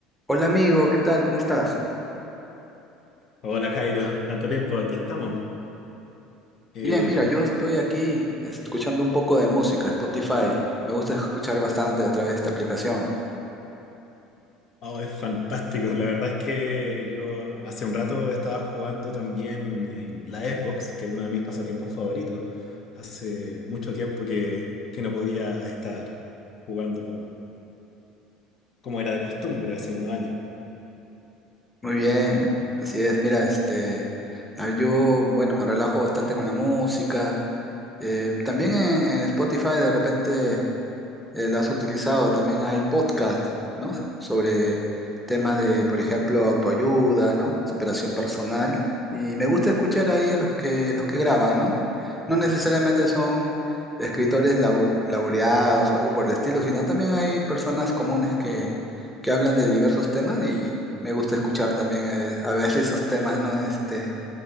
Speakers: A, in the centre; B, on the left (about 45°).
A: Hola amigo, ¿qué tal? ¿Cómo estás?
B: Hola Jairo, tanto tiempo, aquí estamos. Eh,
A: Bien, mira, yo estoy aquí escuchando un poco de música, Spotify. Me gusta escuchar bastante a través de esta aplicación.
B: oh, es fantástico, la verdad es que yo hace un rato estaba jugando también en la Xbox, que es uno de mis pasatiempos favoritos. Hace mucho tiempo que, que no podía estar jugando como, como era de costumbre hace unos años.
A: Muy bien, así es. Mira, este, ah, yo, bueno, me relajo bastante con la música. Eh, también en, en Spotify de repente eh, la has utilizado. También hay podcasts, ¿no? Sobre temas de, por ejemplo, autoayuda, ¿no? Superación personal. Y me gusta escuchar ahí a los que, los que graban, ¿no? No necesariamente son escritores lau- laureados o algo por el estilo, sino también hay personas comunes que, que hablan de diversos temas y me gusta escuchar también eh, a veces esos temas, ¿no? Este,